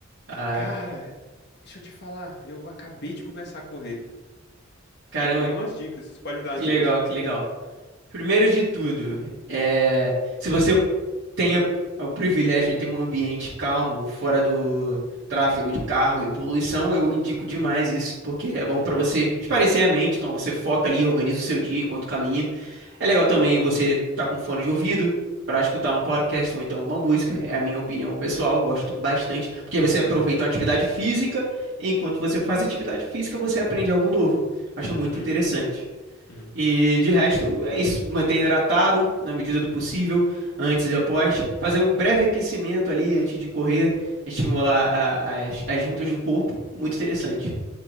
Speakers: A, on the right (about 60°); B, on the left (about 55°).
A: Ah,
B: Cara, deixa eu te falar, eu acabei de começar a correr.
A: caramba.
B: Eu queria umas dicas. Você pode me dar umas
A: Que
B: dicas?
A: legal, que legal. Primeiro de tudo, é, se você tem a- o privilégio de ter um ambiente calmo, fora do tráfego de carro e poluição, eu indico demais isso, porque é bom
B: Uhum,
A: para você espairecer a mente, então você foca ali, organiza o seu dia enquanto caminha. É legal também você tá com fone de ouvido para escutar um podcast ou então uma música, é a minha opinião pessoal, eu gosto bastante, porque aí você aproveita uma atividade física, e enquanto você faz atividade física, você aprende algo novo. Acho muito
B: uhum,
A: interessante.
B: uhum.
A: E de resto, é isso. Manter hidratado na medida do possível, antes e após. Fazer um breve aquecimento ali antes de correr, estimular a- as, as juntas do corpo. Muito interessante.